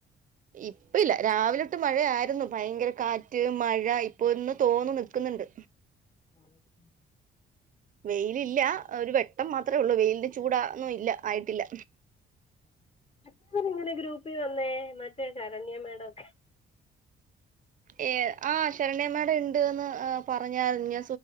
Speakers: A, on the right; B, on the left.
A: ഇപ്പ ഇല്ല രാവില ഇട്ട് മഴ ആായിരുന്നു ഭയങ്കര കാറ്റ് മഴ ഇപ്പൊ ഇന്ന് തോന്നു നിൽക്കുന്നുണ്ട്.
B: <inaudible>
A: വെയിലില്ല ഒരു വെട്ടം മാത്രമേ ഉള്ളൂ വെയിലിന്റെ ചൂടൊന്നും ഇല്ല ആയിട്ടില്ല.
B: <inaudible> മറ്റവർങ്ങനെ ഗ്രൂപ്പിൽ വന്നേ മറ്റേ ശരണ്യ മേഡം.
A: ഏ ആ ശരണയമ്മയുടെ ഉണ്ട്ന്ന് പറഞ്ഞഞ്ഞ